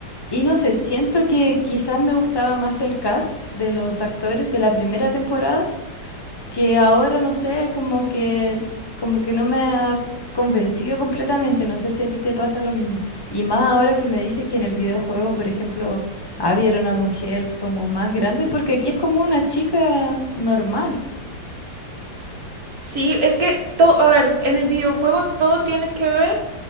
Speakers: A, on the left; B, on the right.
A: Y no sé, siento que quizás me gustaba más el cast de los actores de la primera temporada, que ahora no sé, como que, como que no me ha convencido completamente, no sé si a ti te pasa lo mismo. Y más ahora que me dices que en el videojuego, por ejemplo, Abby era una mujer como más grande, porque aquí es como una chica normal.
B: Sí, es que todo, a ver, en el videojuego todo tiene que ver